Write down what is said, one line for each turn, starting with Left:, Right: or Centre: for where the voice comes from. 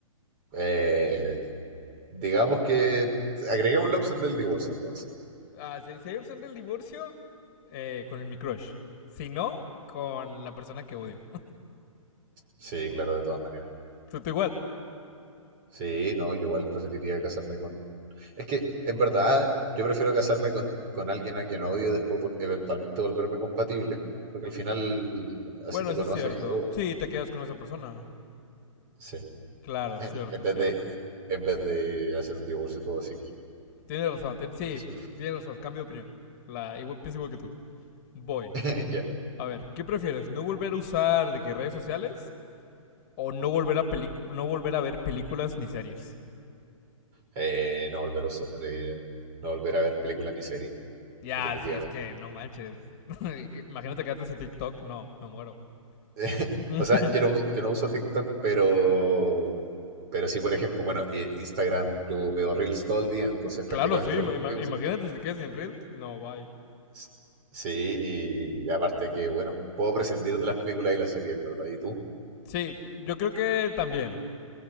Right: Eh, digamos que agregamos la opción del divorcio entonces.
Left: Ah, si, si hay opción del divorcio, eh, con el mi crush. Si no, con la persona que odio.
Right: Sí, claro, de todas maneras.
Left: <laughs> Tú, tú igual.
Right: Sí, no, yo igual preferiría casarme con... Es que, en verdad, yo prefiero casarme con, con alguien a quien odio y después vol- eventualmente volverme compatible, porque al final así
Left: Bueno,
Right: te
Left: sí
Right: conoces
Left: es cierto.
Right: y todo.
Left: Sí, te quedas con esa persona.
Right: Sí.
Left: Claro, cierto,
Right: En vez
Left: cierto.
Right: de, en vez de hacer un divorcio y todo, así que
Left: Tienes razón, tien- sí,
Right: eso prefiero.
Left: tienes razón, cambio de opinión. La, igual, pienso igual que tú. Voy.
Right: <laughs> Ya.
Left: A ver, ¿qué prefieres? ¿No volver a usar de que redes sociales? ¿O no volver a pelic- no volver a ver películas ni series?
Right: Eh, no volver a, us- eh, no volver a ver películas ni series,
Left: Ya,
Right: definitivamente.
Left: sí, es que no manches. <laughs> imagínate quedarte sin TikTok, no, me muero.
Right: <laughs>
Left: <laughs>
Right: O sea, yo no, yo no uso TikTok, pero... Pero sí, por ejemplo, bueno, eh, Instagram, yo veo Reels todo el día, entonces prácticamente
Left: claro, sí,
Right: lo
Left: ima-
Right: mismo que usar
Left: imagínate
Right: TikTok.
Left: si te quedas sin Reels, no, bye.
Right: S- Sí, y aparte que, bueno, puedo prescindir de las películas y las series, ¿verdad? ¿Y tú?
Left: Sí, yo creo que también.